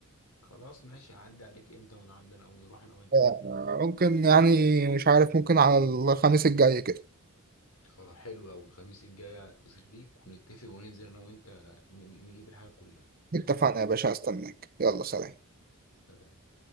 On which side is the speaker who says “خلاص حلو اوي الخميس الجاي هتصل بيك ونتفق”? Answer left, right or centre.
Left